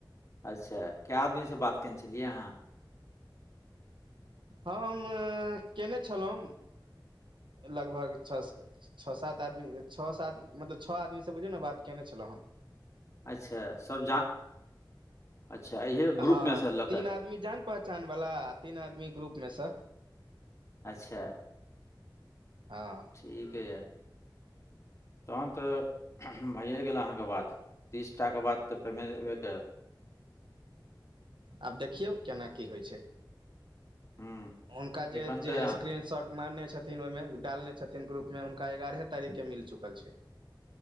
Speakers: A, on the left (about 40°); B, on the right (about 75°).
A: अच्छा कए आदमीसे बात केयने छलियै अहाँ? <inaudible>
B: हम कयने छलहुँ लगभग छ्हसे- छओ सात आदमी छओ सात मतलब छओ आदमीसे बुझियौ ने बात केयने छलहुँ हम।
A: अच्छा सब जा अच्छा इहे ग्रुप
B: हँ
A: मे सॅं लऽ कऽ?
B: <unintelligible> आदमी जान पहचान वला आ तीन आदमी ग्रुपमे सॅं
A: अच्छा,
B: हँ
A: ठीक यए तहन तऽ भैये गेल अहाँकेॅं बात, तीस टाके बात तऽ पेमेन्ट अयबे करत।
B: आब देखियौ केना की होइ छै?
A: हूँ,
B: हुनका जे
A: एखन
B: जे
A: तऽ अहाँ-
B: स्क्रीन-शॉट मानने छथिन ओहिमे, डालने छथिन ग्रुपमे हुनका एगारहे तारीखके मिल चुकल छै।